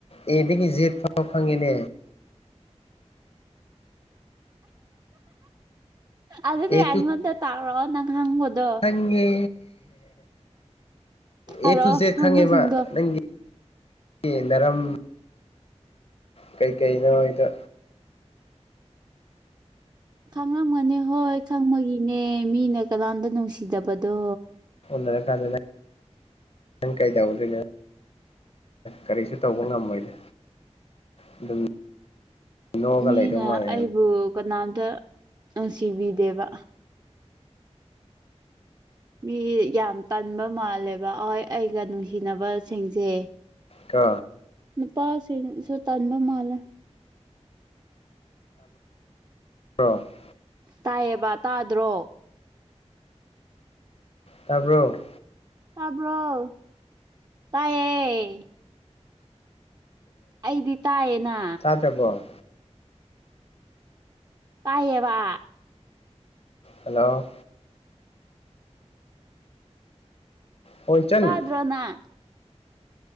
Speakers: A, on the left; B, on the right.
A: ꯑꯦꯗꯒꯤ ꯖꯦꯠ ꯐꯥꯎ ꯈꯪꯉꯦꯅꯦ
B: ꯑꯗꯨꯗꯤ
A: ꯑꯦ
B: ꯑꯩꯉꯣꯟꯗ ꯇꯥꯎꯔꯣꯑꯣ ꯅꯪ ꯈꯪꯕꯗꯣ
A: ꯉꯦ
B: ꯍꯥꯏꯔꯛꯑꯣ
A: ꯑꯦ ꯇꯨ ꯖꯦꯗ
B: ꯍꯪꯕꯁꯤꯡꯗꯣ
A: ꯈꯪꯉꯦꯕ ꯅꯪꯗꯤ ꯒꯤ ꯅꯔꯝ ꯀꯩ ꯀꯩ ꯅꯣ ꯗꯣ
B: ꯈꯪꯂꯝꯝꯒꯅꯤ ꯍꯣꯏ ꯈꯪꯕꯒꯤꯅꯦ ꯃꯤꯅ ꯀꯅꯥꯝꯗ ꯅꯨꯡꯁꯤꯗꯕꯗꯣ
A: ꯎꯟꯅꯔꯥ ꯀꯥꯟꯗ ꯅꯪ ꯀꯩꯗꯧꯗꯣꯏꯅꯣ ꯀꯔꯤꯁꯨ ꯇꯧꯕ ꯉꯝꯃꯣꯏꯅꯦ ꯑꯗꯨꯝ ꯅꯣꯛꯑꯒ
B: ꯃꯤꯅ
A: ꯂꯩꯗꯧ ꯃꯥꯜꯂꯦ
B: ꯑꯩꯕꯨ ꯀꯅꯥꯝꯇ ꯅꯨꯡꯁꯤꯕꯤꯗꯦꯕ ꯃꯤ ꯌꯥꯝ ꯇꯟꯕ ꯃꯥꯜꯂꯦꯕ ꯑꯍꯣꯏ ꯑꯩꯒ ꯅꯨꯡꯁꯤꯅꯕ ꯁꯤꯡꯁꯦ
A: ꯀꯣ
B: ꯅꯨꯄꯥꯁꯤꯡꯁꯨ ꯇꯟꯕ ꯃꯥꯜꯂꯦ
A: <unintelligible>
B: ꯇꯥꯏꯌꯦꯕ ꯇꯥꯗ꯭ꯔꯣ
A: ꯇꯥꯕ꯭ꯔꯣ
B: ꯇꯥꯕ꯭ꯔꯣ ꯇꯥꯏꯌꯦ ꯑꯩꯗꯤ ꯇꯥꯏꯌꯦꯅ
A: ꯇꯥꯕꯣ
B: ꯇꯥꯏꯌꯦꯕ
A: ꯍꯜꯂꯣ ꯍꯣꯏ ꯆꯟ
B: ꯇꯥꯗꯔꯣ ꯅꯪ